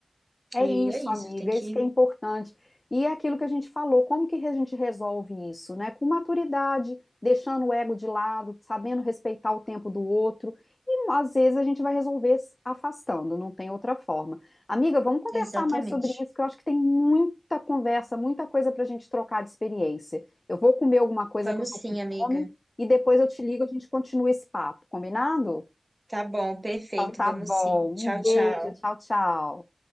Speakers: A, on the left (about 50°); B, on the right (about 20°).
A: É
B: E
A: isso,
B: é isso,
A: amiga,
B: tem que.
A: é isso que é importante. E é aquilo que a gente falou, como que a gente resolve isso, né? Com maturidade, deixando o ego de lado, sabendo respeitar o tempo do outro. E às vezes a gente vai resolver se afastando, não tem outra forma. Amiga, vamos conversar
B: Exatamente.
A: mais sobre isso, que eu acho que tem muita conversa, muita coisa para a gente trocar de experiência. Eu vou comer alguma coisa
B: Vamos
A: que eu tô
B: sim,
A: com
B: amiga.
A: fome e depois eu te ligo, a gente continua esse papo, combinado?
B: Tá bom, perfeito,
A: Então tá
B: vamos
A: bom.
B: sim.
A: Um
B: Tchau,
A: beijo,
B: tchau.
A: tchau, tchau.